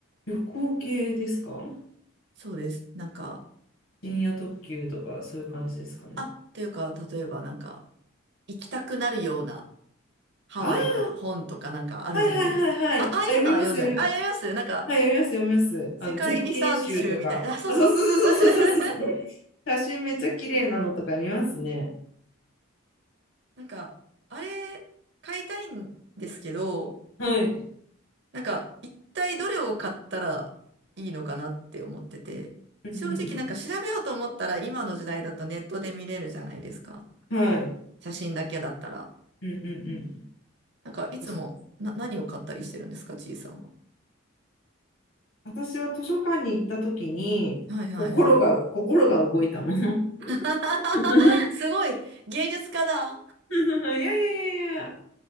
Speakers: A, on the left; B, on the right.
A: 旅行系ですか
B: そうです。なんか、
A: 深夜特急とかそういう感じですかね。
B: っていうか、例えばなんか、行きたくなるようなハワイの本とかなんかあるじゃないですか。
A: ああ、はいはいはいはい。
B: あ、ああいうのは読んだり。
A: あ、読みます、読み、
B: あ、読みますなんか、
A: はい、読みます、読みます。
B: 世界遺産集みたいな。
A: あの、絶景集とか。
B: あそうそうそうそう。
A: あ、そうそうそうそうそうそうそう。
B: <laughs>
A: 写真めっちゃ綺麗なのとか見ますね。
B: なんか、あれ、買いたいんですけど、
A: はい。
B: なんか、一体どれを買ったらいいのかなって思ってて、
A: うんう
B: 正直なんか調べようと思ったら今の時代だとネットで見れるじゃないですか。
A: んうん。はい。
B: 写真だけだったら。
A: うんうんうん。
B: なんか、いつもな、
A: 確かに。
B: 何を買ったりしてるんですか、ちいさんは。
A: 私は図書館に行った時に、
B: はいはいはい。
A: 心が、心が動いたもの。
B: <laughs>
A: <laughs>
B: すごい芸術家だ
A: いやいやいやいや。